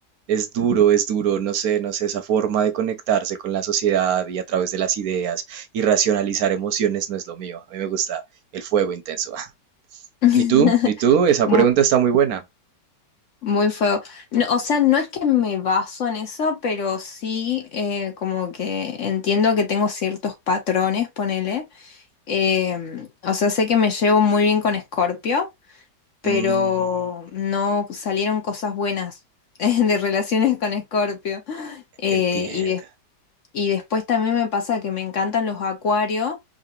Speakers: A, on the right (about 65°); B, on the left (about 55°).
A: Es duro, es duro, no sé, no sé, esa forma de conectarse con la sociedad y a través de las ideas y racionalizar emociones no es lo mío. A mí me gusta el fuego intenso. <laughs>
B: <laughs>
A: ¿Y tú? ¿Y tú? Esa pregunta
B: Mu-
A: está muy buena.
B: Muy fuego. No, o sea, no es que me baso en eso, pero sí eh, como que entiendo que tengo ciertos patrones, ponele. Em, o sea, sé que me llevo muy bien con Scorpio, pero
A: Mm,
B: no salieron cosas buenas <laughs> de relaciones con Scorpio. Eh,
A: entiendo.
B: y, des- y después también me pasa que me encantan los acuarios,